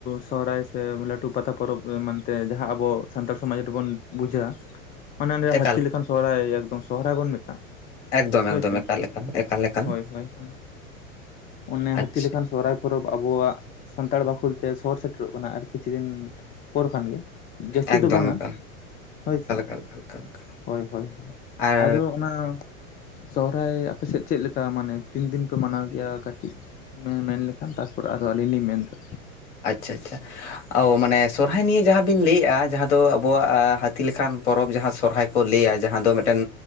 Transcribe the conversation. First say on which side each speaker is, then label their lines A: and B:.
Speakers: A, on the left (about 20°); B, on the left (about 55°).
A: ᱥᱚᱦᱨᱟᱭ ᱥᱮ ᱞᱟᱹᱴᱩ ᱯᱟᱛᱟ ᱯᱚᱨᱚᱵᱽ ᱢᱮᱱᱛᱮ ᱡᱟᱦᱟᱸ ᱟᱵᱚ ᱥᱟᱱᱛᱟᱲ ᱥᱚᱢᱟᱡᱽ ᱨᱮᱵᱚᱱ ᱵᱩᱡᱟ᱾
B: <inaudible>
A: ᱢᱟᱱᱮ ᱚᱱᱮ
B: ᱮᱠᱟᱞ
A: ᱦᱟᱹᱛᱤ ᱞᱮᱠᱷᱟᱱ ᱥᱚᱦᱨᱟᱭ ᱮᱠᱫᱚᱢ ᱥᱚᱦᱨᱟᱭ ᱵᱚᱱ ᱢᱮᱛᱟᱜ᱾
B: ᱮᱠᱫᱚᱢ
A: ᱦᱳᱭ
B: ᱮᱠᱫᱚᱢ
A: ᱥᱮ
B: ᱮᱠᱟᱞ ᱮᱠᱟᱞ ᱮᱠᱟᱞ ᱮᱠᱟᱞ
A: ᱦᱳᱭ, ᱦᱳᱭ, ᱦᱳᱭ ᱚᱱᱮ
B: ᱟᱪᱪᱷᱟ
A: ᱦᱟᱹᱛᱤ ᱞᱮᱠᱷᱟᱱ ᱥᱚᱨᱦᱟᱭ ᱯᱚᱨᱚᱵᱽ ᱟᱵᱚᱣᱟᱜ ᱥᱟᱱᱛᱟᱲ ᱵᱟᱠᱷᱳᱞ ᱛᱮ ᱥᱚᱦᱚᱨ ᱥᱮᱴᱮᱨᱚᱜ ᱠᱟᱱᱟ ᱟᱨ ᱠᱤᱪᱷᱩ ᱫᱤᱱ ᱯᱚᱨ ᱠᱷᱟᱱ ᱜᱮ᱾ ᱡᱟᱹᱥᱛᱤ
B: ᱮᱠᱫᱚᱢ
A: ᱫᱚ ᱵᱟᱝᱟ
B: ᱮᱠᱟᱞ
A: ᱦᱳᱭ ᱥᱮ᱾
B: <unintelligible>
A: ᱦᱳᱭ, ᱦᱳᱭ, ᱦᱳᱭ
B: ᱟᱨ
A: ᱟᱫᱚ ᱚᱱᱟ ᱥᱚᱦᱨᱟᱭ ᱟᱯᱮ ᱥᱮᱫ ᱪᱮᱜ ᱞᱮᱠᱟ ᱢᱟᱱᱮ ᱛᱤᱱ ᱫᱤᱱ ᱯᱮ ᱢᱟᱱᱟᱣ ᱜᱮᱭᱟ ᱠᱟᱹᱴᱤᱡ ᱢᱮ-ᱢᱮᱱ ᱞᱮᱠᱷᱟᱱ ᱛᱟᱨᱯᱚᱨ ᱟᱫᱚ ᱟᱹᱞᱤᱧ ᱞᱤᱧ ᱢᱮᱱᱫᱟ᱾
B: ᱟᱪᱪᱷᱟ, ᱟᱪᱪᱷᱟ᱾ ᱚ ᱢᱟᱱᱮ ᱥᱚᱨᱦᱟᱭ ᱱᱤᱭᱮ ᱡᱟᱦᱟᱸ ᱵᱤᱱ ᱞᱮᱭᱮᱜᱼᱟ ᱡᱟᱦᱟᱸ ᱫᱚ ᱟᱵᱚᱣᱟᱜ ᱦᱟᱹᱛᱤ ᱞᱮᱠᱟᱱ ᱯᱚᱨᱚᱵᱽ ᱡᱟᱦᱟᱸ ᱥᱚᱨᱦᱟᱭ᱾ ᱠᱚ ᱞᱮᱭᱟ ᱡᱟᱦᱟᱸ ᱫᱚ ᱢᱮᱫᱴᱮᱱ